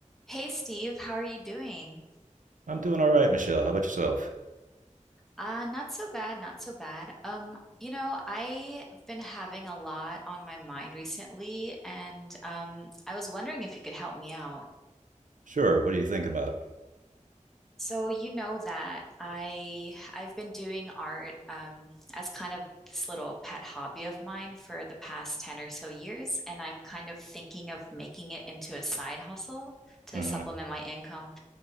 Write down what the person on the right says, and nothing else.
I'm doing all right, Michelle. How about yourself?
Sure. What are you thinking about?
hmm